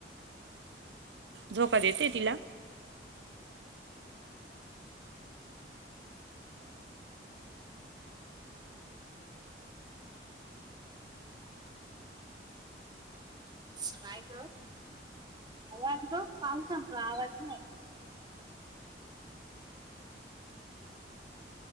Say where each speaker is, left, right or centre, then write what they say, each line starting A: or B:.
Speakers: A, on the right; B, on the right.
A: झोका देते तिला
B: काय ग! आवाज ग पावसामूळ आवाज नाही